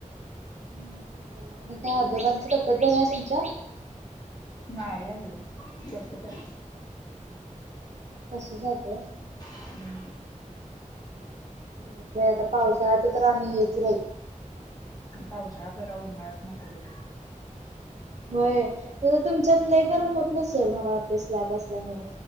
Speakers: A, on the right; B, on the left.
A: नाहीतर काय, आणि का आजोबांची तब्येत बरी आहे तुमच्या?
B: नाही आजून तसचं आहे.
A: तसचं <unintelligible>
B: आहे
A: <unintelligible> आता पावसाच तर आणि हेच
B: पावसाळा बरा उन्हात नको बघ
A: होय, तुमच्यात लई गरम होत नसल मला वाटतय स्लॅब असल्यामुळ?